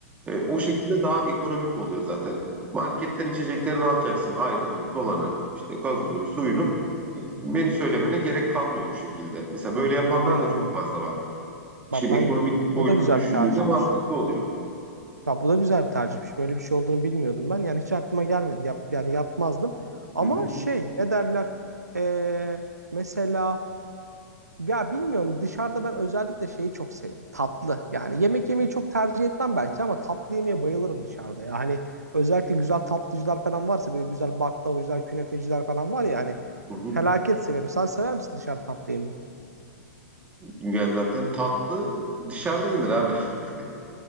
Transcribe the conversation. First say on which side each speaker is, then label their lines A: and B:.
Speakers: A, on the right (about 15°); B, on the right (about 80°).
A: E, o şekilde daha ekonomik oluyor zaten. Marketten içeceklerini alacaksın. Ayranını, kolanı, işte gazozunu, suyunu. E, menü söylemene gerek kalmıyor bu şekilde. Mesela böyle yapanlar
B: Hmm.
A: da çok fazla var. İşin
B: Bak
A: ekonomik
B: ben bu
A: boyutunu
B: bu da güzel
A: düşündüğünde
B: bir tercihmiş.
A: mantıklı oluyor.
B: Ya bu da güzel bir tercihmiş. Böyle bir şey olduğunu bilmiyordum ben. Yani hiç aklıma gelmedi. Yap, yani yapmazdım. Ama
A: Hı hı,
B: şey ne derler? Ee, mesela ya bilmiyorum dışarıda ben özellikle şeyi çok seviyorum. Tatlı. Yani yemek yemeyi çok tercih etmem belki ama tatlı yemeye bayılırım dışarıda. Ya hani özellikle güzel tatlıcılar falan varsa böyle güzel baklavacılar, künefeciler falan var ya hani
A: hı hı.
B: felaket severim. Sen sever misin dışarı tatlı yemeyi?
A: Ya zaten tatlı dışarıda yenir abi. <laughs>